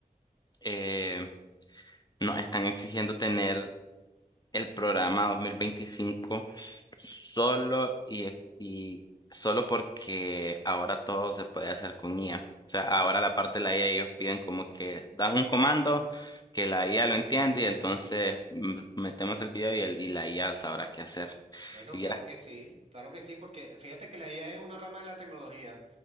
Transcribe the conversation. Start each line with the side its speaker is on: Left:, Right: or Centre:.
Left: eh, nos están exigiendo tener el programa 2025 solo y, e, y solo porque ahora todo se puede hacer con IA. O sea, ahora la parte de la IA ellos piden como que dan un comando que la IA lo entiende y entonces mm, metemos el video y, el, y la IA sabrá qué hacer.
Right: bueno,
Left: Y
Right: claro
Left: vieras,
Right: que sí, claro que sí, porque fíjate que la IA es una rama de la tecnología.